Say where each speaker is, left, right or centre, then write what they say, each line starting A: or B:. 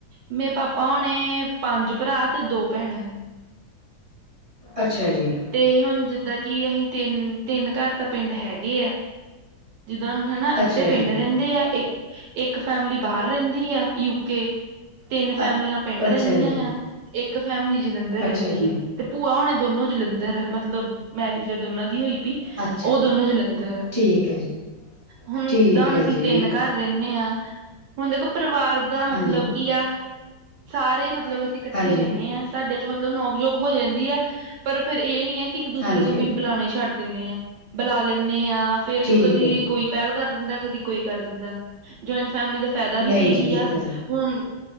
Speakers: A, on the right; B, on the right.
A: 'ਮੇਰੇ ਪਾਪਾ ਹੋਣੇ ਪੰਜ ਭਰਾ ਤੇ, ਦੋ ਭੈਣਾਂ ਨੇ।
B: ਅੱਛਾ ਜੀ
A: ਤੇ, ਹੁਣ ਜਿੱਦਾਂ ਕਿ, ਅਸੀਂ ਤਿੰਨ-ਤਿੰਨ ਘਰ ਤਾ ਪਿੰਡ ਹੈਗੇ ਆ। ਜਿੱਦਾਂ ਹੁਣ ਹਨਾ, ਅੱਧੇ
B: ਅੱਛਾ ਜੀ
A: ਪਿੰਡ ਰਹਿੰਦੇ ਆ ਇੱਕ ਇੱਕ ਫੈਮਿਲੀ ਬਾਹਰ ਰਹਿੰਦੀ ਆ, ਯੂਕੇ। ਤਿੰਨ
B: ਅ,
A: ਫੈਮਲੀਆਂ ਪਿੰਡ
B: ਅੱਛਾ
A: ਰਹਿੰਦੀਆਂ
B: ਜੀ
A: ਆ, ਤੇ ਇੱਕ ਫੈਮਿਲੀ ਜਲੰਧਰ ਰਹਿੰਦੀ
B: ਅੱਛਾ ਜੀ
A: ਹੈ, ਤੇ ਭੂਆ ਹੋਣੇ ਦੋਨੋ ਜਲੰਧਰ ਲਜਰ ਮਤਲਬ ਮੈਰਿਜ ਦੋਨਾਂ ਦੀ ਹੋਈ ਪੀ,
B: ਅੱਛਾ
A: ਉਹ ਦੋਨੋ ਜਲੰਧਰ
B: ਠੀਕ ਹੈ ਜੀ
A: ਹੁਣ।
B: ਠੀਕ
A: ਜਿੱਦਾਂ ਹੁਣ,
B: ਹੈ
A: ਅਸੀਂ
B: ਜੀ
A: ਤਿੰਨ ਘਰ ਰਹਿੰਦੇ ਹੁਣ ਦੇਖੋ, ਪਰਿਵਾਰ ਦਾ ਮਤਲਬ
B: ਹਾਂਜੀ
A: ਕੀਆ ਸਾਰੇ ਮ ਮਤਲਬ ਅਸੀਂ ਇਕੱਠੇ
B: ਹਾਂਜੀ
A: ਰਹਿੰਨੇ ਹਾਂ, ਸਾਡੇ'ਚ ਮਤਲਬ ਨੋਕ-ਜੋੋਕ ਹੋ ਜਾਂਦੀ ਹੈ, ਪਰ ਫਿਰ ਇਹ ਨੀ ਹੈ ਕਿ ਇੱਕ-ਦੂਸਰੇ
B: ਹਾਂਜੀ
A: ਨੂੰ, ਕਿ ਬੁਲਾਣਾ ਹੀ ਛੱਡ ਦਿੰਨੇ ਆਂ, ਬੁਲਾ ਲੈਂਨੇ ਆ
B: ਠੀਕ
A: ਕਦੀ
B: ਹੈ ਜੀ
A: ਕੋਈ ਪਹਿਲ ਕਰ ਦਿੰਦਾ, ਕਦੀ ਕੋਈ ਕਰ ਦਿੰਦਾ ਜੁਆਇੰਟ ਫੈਮਿਲੀ ਦਾ ਫਾਇਦਾ ਵੀ
B: ਨਹੀਂ
A: ਤਾਂ ਇਹੀ
B: ਜੀ ਇਹ
A: ਆ
B: ਗੱਲ
A: ਹੁਣ